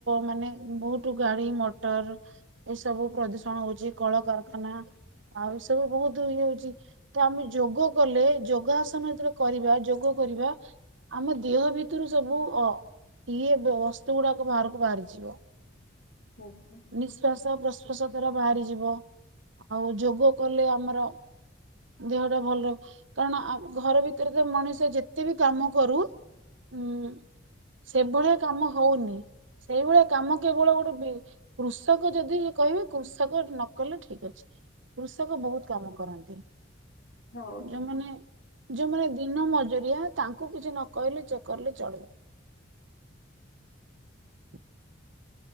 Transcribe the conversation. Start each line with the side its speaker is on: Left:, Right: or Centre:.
Right: ମାନେ ବହୁତ ଗାଡି ମଟର, ଏସବୁ ପ୍ରଦୂଷଣ ହଉଛି କଳକାରଖାନା ଆଉ ଏସବୁ ବହୁତ ଇଏ ହଉଛି ତ ଆମେ ଯୋଗ କଲେ ଯୋଗ ଆସନ ଯେତେବେଳେ କରିବା ଯୋଗ କରିବା ଆମ ଦେହ ଭିତରୁ ସବୁ ଅ ଇଏ ବସ୍ତୁ ଗୁଡାକ ବାହାରକୁ ବାହାରିଯିବ।
Left: ଆଚ୍ଛା
Right: ନିଶ୍ଵାସ ପ୍ରଶ୍ଵାସ ଦାରା ବାହାରି ଯିବ ଆଉ ଯୋଗ କଲେ ଆମର ଦେହଟା ଭଲ ରହ କାରଣ ଘର ଭିତରେ ତ ମଣିଷ ଯେତେବି କାମ କରୁ ଉଁ ସେଭଳିଆ କାମ ହଉନି ସେଇଭଳିଆ କାମ କେବଳ ଗୋଟେ କୃଷକ ଯଦି କହିବେ କୃଷକ ନକଲେ ଠିକ ଅଛି, କୃଷକ ବହୁତ କାମ କରନ୍ତି।
Left: ହଉ ତାହେଲେ।
Right: ଯୋଉମାନେ, ଯୋଉମାନେ ଦିନ ମଜୁରିଆ ତାକୁ କିଛି ନ କହିଲେ ଚ କରିଲେ ଚଳିବ।